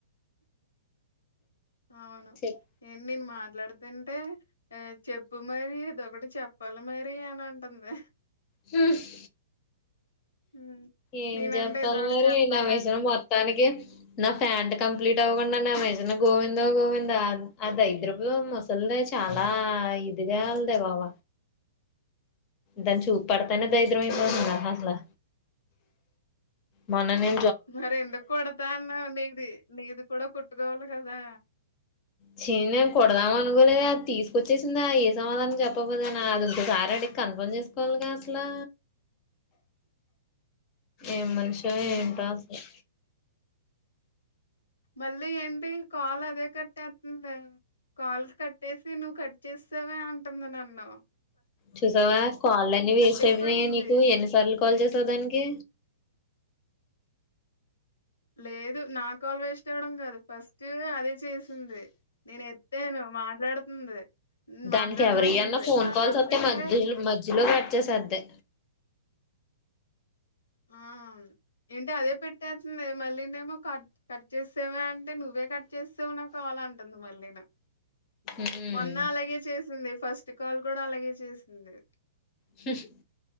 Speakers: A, on the left (about 65°); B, on the left (about 30°).
A: అవును
B: చెప్
A: ఏ నేను మాట్లాడుతుంటే ఆ చెప్పు మరీ ఇదొ ఒకటి చెప్పాలి మరీ అని అంటుంది
B: సుస్
A: హ్మ్.
B: ఏం
A: నేనంటే
B: చెప్పాలి
A: ఏదోకటి
B: మరి
A: చెప్పాలంట.
B: నావేసావు మొత్తానికి నా ఫ్యాంట్ కంప్లీట్ అవ్వకుండాన్న నా మీషిన్ గోవిందో గోవింద ఆ దైద్రపు ముసల్ది చాలా ఇదిగా ఉందే బాబ దాని చూప్ పడుతనే బై <unintelligible> నాకసలు మొన్ననే
A: మరి ఎందుకు కూడతాన్నావు నీది నీది కూడా కుట్టుకోవాలి కదా
B: చీ నిన్ కూడుదాం
A: హ్మ్.
B: అని కూనే అది తీస్ వచ్చేసిందా ఏ సమాధానం చెప్పపోదేనా అది ఇంకోసారి అడిగి కన్ఫర్మ్ చేసుకోవాలిగా అసలు ఏం మనిషో
A: అవును.
B: ఏంటో అసలు
A: మళ్ళీ ఏంటి కాలు అదే కట్టేతుందే కాల్ కట్టేసి నువ్వు కట్ చేసేసావే అంటుంది న్నను
B: చూసావా కాలన్ని వేస్ట్
A: కట్టయిపోయింది.
B: అయిపోయాయి నీకు ఎన్నిసార్లు కాల్ చేసావ్ దానికి
A: లేదు నా కాల్ వేస్ట్ అవడం కాదు ఫస్ట్ అదే చేసింది. నేను ఎత్తాను మాట్లాడుతుంది.
B: దానికి
A: మాట్లాడమంటుంది.
B: ఎవరియ్యన అన్న ఫోన్
A: మాట్లాడుతుంటే
B: కాల్స్ వత్తే మధ్యలో మధ్యలో కట్టచేసేద్ది
A: ఆమ్ ఏంటి అదే పెట్టేసింది మల్లినేమో కట్ కట్ చేసేవ అంటే నువ్వే కట్ చేసేసవ్ నా కాల్ అంటుంది మళ్ళీ నా
B: ఉమ్
A: మొన్న అలగే చేసింది ఫస్ట్ కాల్ కూడా అలగే చేసింది
B: శుష్